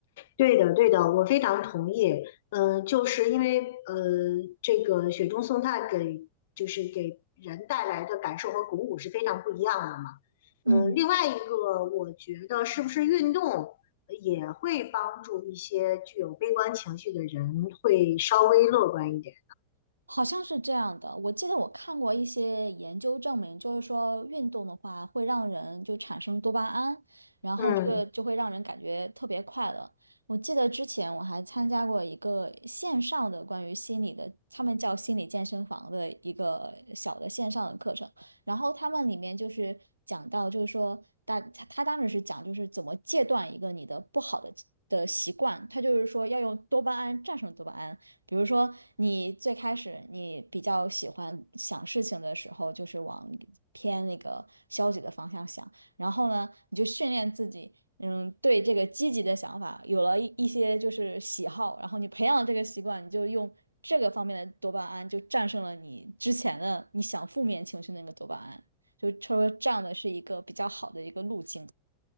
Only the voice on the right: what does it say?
嗯。
好像是这样的，我记得我看过一些研究证明，就是说运动的话会让人就产生多巴胺，然后这个就会让人感觉特别快乐。
我记得之前我还参加过一个线上的关于心理的，他们叫心理健身房的一个小的线上的课程，然后他们里面就是讲到，就是说大他他当时是讲就是怎么戒断一个你的不好的的习惯，他就是说要用多巴胺战胜多巴胺。比如说，你最开始你比较喜欢想事情的时候，就是往偏那个消极的方向想，然后呢，你就训练自己，嗯，对这个积极的想法有了一一些就是喜好，然后你培养了这个习惯，你就用这个方面的多巴胺就战胜了你之前的你想负面情绪那个多巴胺，就说这样的是一个比较好的一个路径。